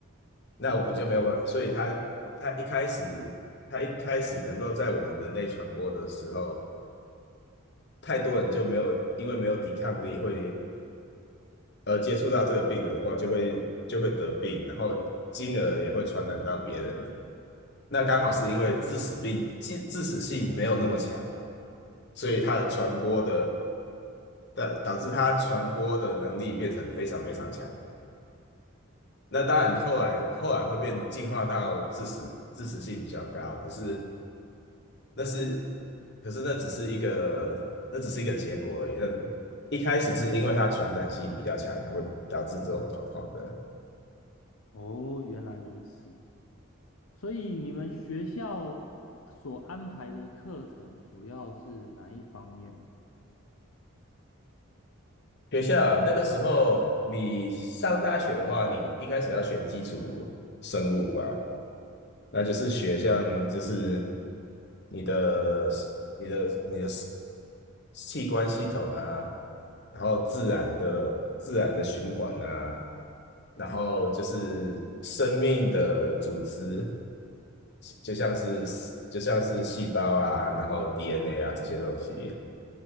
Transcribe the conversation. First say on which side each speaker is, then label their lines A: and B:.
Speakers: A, on the left; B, on the left.
A: 那我们就没有办法，所以它它一开始它一开始能够在我们人类传播的时候，太多人就没有因为没有抵抗力会呃接触到这个病毒的话，就会就会得病，然后进而也会传染到别人了。那刚好是因为致死病致致死性没有那么强，所以它的传播的的导致它传播的能力变成非常非常强。那当然后来后来会变进化到致死致死性比较高，可是。那是，可是那只是一个，那只是一个结果而已。那一开始是因为它传染性比较强，才会导致这种状况的。
B: 哦，原来如此。所以你们学校所安排的课程主要是哪一方面呢？
A: 学校啊那个时候，你上大学的话，你一开始要选基础生物吧，那就是学像就是你的你的你的器官系统啊，然后自然的自然的循环啊，然后就是生命的组织。就像是就像是细胞啊，然后 DNA 啊这些东西。